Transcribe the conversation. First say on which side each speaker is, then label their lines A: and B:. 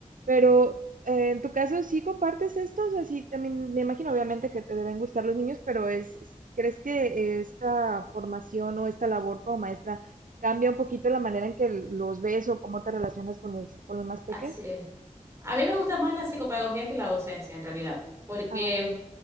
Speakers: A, on the right (about 85°); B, on the right (about 20°).
A: Pero eh, En tu caso, ¿sí compartes estos? Así también me imagino, obviamente, que te deben gustar los niños, pero es, ¿crees que esta formación o esta labor como maestra cambia un poquito la manera en que los ves o cómo te relacionas con los, con los más peques?
B: Así es. A mí me gusta más la psicopedagogía que la docencia, en realidad, porque
A: Ah, ok.